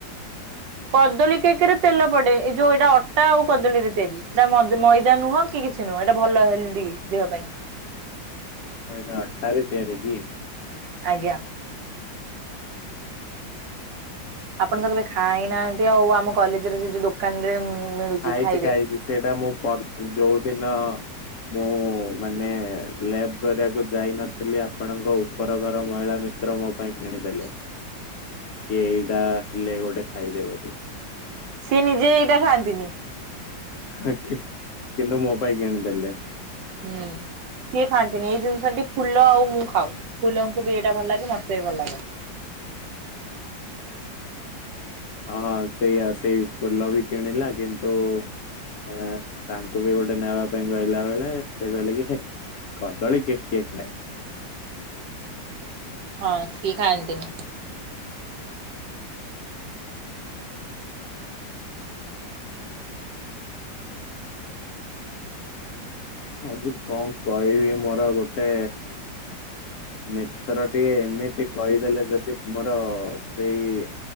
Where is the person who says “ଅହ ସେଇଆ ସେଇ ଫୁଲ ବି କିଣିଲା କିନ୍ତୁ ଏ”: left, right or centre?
Left